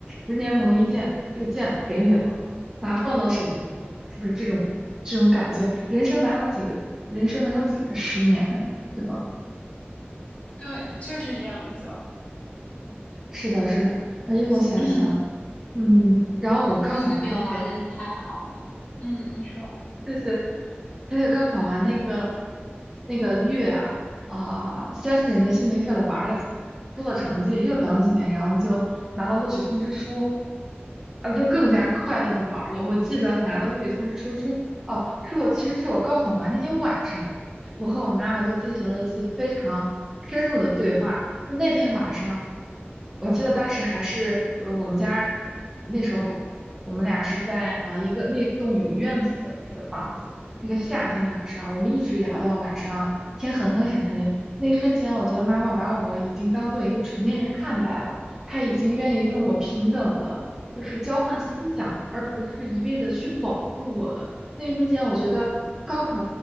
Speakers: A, on the right; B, on the left.
A: 十年磨一剑，这个剑给你了，拿放到手中，是不是这种这种感觉？人生哪有几个人生能有几个十年，对吧？
B: 对，就是这样一种。
A: 是的，是的。而且我想想，
B: <clears throat>
A: 嗯，然后我高考完那个。
B: 我觉得你的表达真的太好了。嗯，你说，
A: 谢谢。而且高考完那个那个月啊，啊、先是没心没肺的玩了几天，出了成绩又等几天，然后就拿到录取通知书，啊，就更加快乐的玩了。我记得拿到录取通知书之后，哦，是我其实是我高考完那天晚上，我和我妈妈就进行了一次非常深入的对话。就那天晚上，我记得当时还是呃我们家那时候我们俩是在呃一个那栋有院子的那个房子，那个夏天的晚上，我们一直聊到晚上天很黑很黑。那一瞬间，我觉得妈妈把我已经当做一个成年人看待了，她已经愿意跟我平等的，就是交换思想了，而不是一味的去保护我了。那一瞬间，我觉得高考